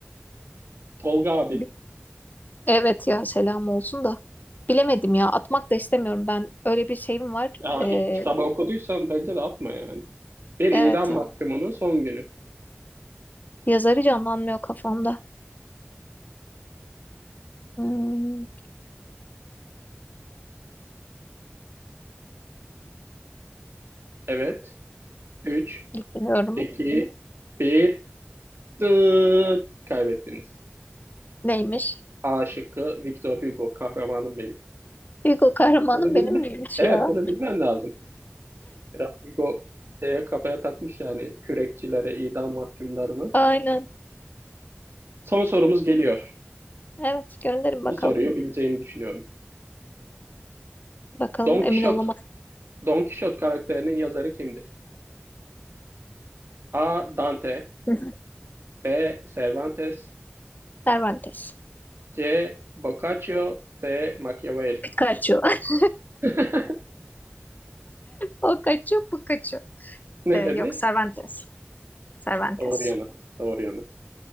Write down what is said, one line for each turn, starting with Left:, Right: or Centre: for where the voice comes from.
Right: Tolga abi.
Left: benim. Evet ya selam olsun da. Bilemedim ya atmak da istemiyorum ben. Öyle bir şeyim var.
Right: Ya,
Left: Ee,
Right: iki kitabı okuduysan bence de atma yani. Bir idam
Left: evet
Right: mahkumunun son günü.
Left: yazarı canlanmıyor kafamda. Hmm,
Right: Evet. 3,
Left: bilmiyorum.
Right: 2, 1. Dıt. Kaybettiniz.
Left: Neymiş?
Right: A şıkkı Victor Hugo. Kahramanım benim.
Left: Hugo kahramanım
Right: Bunu bilme.
Left: benim miymiş
Right: Evet
Left: ya?
Right: bunu bilmen lazım. Biraz Hugo şeye kafaya takmış yani kürekçilere, idam mahkumlarını.
Left: Aynen.
Right: Son sorumuz geliyor.
Left: Evet gönderin bakalım.
Right: Bu soruyu bileceğini düşünüyorum.
Left: Bakalım
Right: Don
Left: emin
Right: Quixote
Left: olamadım.
Right: Don Quixote karakterinin yazarı kimdir? A. Dante
Left: <laughs>
Right: B. Cervantes
Left: Cervantes.
Right: C. Boccaccio D. Machiavelli
Left: Pikachu. <laughs>
Right: <laughs>
Left: O kaçıyor bu kaçıyor.
Right: Ne
Left: Ee, yok
Right: dediniz?
Left: Cervantes. Cervantes.
Right: Doğru yanıt. Doğru yanıt.